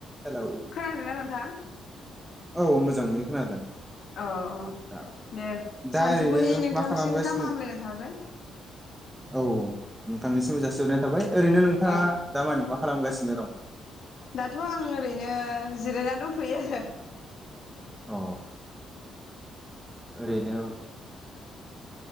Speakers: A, in the centre; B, on the left (about 65°).
A: Hello
B: खोनादोंना नोंथां?
A: औ मोजाङैनो खोनादों।
B: अ अ
A: दा
B: दे
A: दा
B: सानजफुनि
A: ओरैनो
B: नोंथांनिसिम
A: मा खालामगासिनो
B: गाहाम हामलायनाय थाबाय।
A: औ नोंथांनिसिमबो जासिहरनाय थाबाय। ओरैनो नोंथाङा
B: औ
A: दा मानि मा खालामगासिनो दं?
B: दाथ' आं ओरैनो जिरायना दंथ'यो आरो।
A: अ ओरैनो